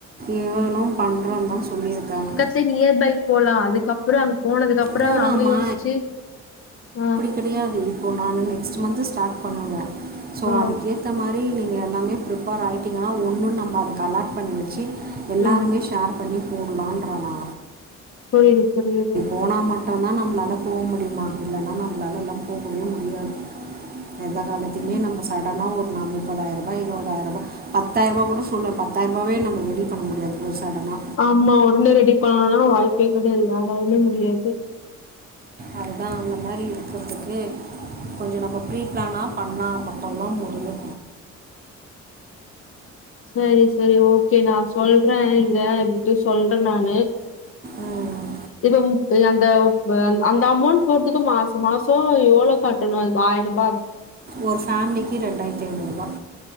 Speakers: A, on the right; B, on the left.
A: இவளு பண்றோம் தா சொல்லியிருக்காங்க
B: செரி நியர் பை போலா அதுக்கப்புறோ அங்க போனதுக்கு அப்றோ
A: போகலாமா
B: அங்க யோசிச்சு ஆ
A: கெடையாது இப்போ நானு நெக்ஸ்டு மந்த் ஸ்டார்ட் பண்ணுவே சோ
B: ம்,
A: அதுக்கேத்த மாரி நீங்க எல்லாமே பிரிப்பேர் ஆயிட்டீங்கன்னா ஒன்னு நம்ம அதுக்கு அலாட் பண்ணி வச்சு எல்லாருமே
B: ம்.
A: ஷார் பண்ணி போட்லான்ற நா
B: புரியுது புரியுது
A: போனா மட்டுந்தா நம்மளால போக முடியுமா இல்லனா நம்மளால எல்லா போகவே முடியாது எந்த காலத்தையுமே
B: ம்.
A: நம்ம சடனா ஒரு நம்ப முப்பதாயிரரூபா இருபதாயிரூபா பத்தாயிரரூபா கூட சொல்ல பத்தாயிரரூபாவே நம்ம ரெடி பண்ண முடியாது ஒரு சடனா
B: ஆமா ஒடனே ரெடி பண்ணணுனா வாய்ப்பே கெடையாது யாராலுமே முடியாது
A: அதுதா அந்த மாரி இருக்குறதுக்கு கொஞ்சோ நம்மோ ப்ரீ ப்ளானா பண்ணா மட்டுந்தா முடியு
B: செரி செரி ஓகே நா சொல்றே இங்க இப்டி சொல்றே நானு
A: ம்,
B: இவ இப் அந்த அந்த அமௌண்ட் போட்றதுக்கு மாசோ மாசோ எவ்ளோ கட்டணு அதுக்கு ஆயிரூபா
A: ஒரு ஃபேமிலிக்கு ரெண்டாயிரத்து ஐநூறு ரூபா